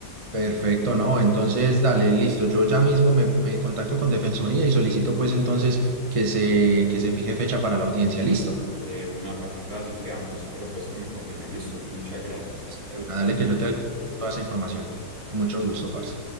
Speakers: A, on the right; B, on the right.
A: Perfecto, no. Entonces, dale, listo. Yo ya mismo me, me contacto con Defensoría y solicito pues entonces que se, que se fije fecha para la audiencia. Listo.
B: de una, parce. Entonces así quedamos. Espero pues que me confirme. Listo, muchas gracias.
A: Listo, de una, dale que yo te doy toda esa información. Con mucho gusto, parce.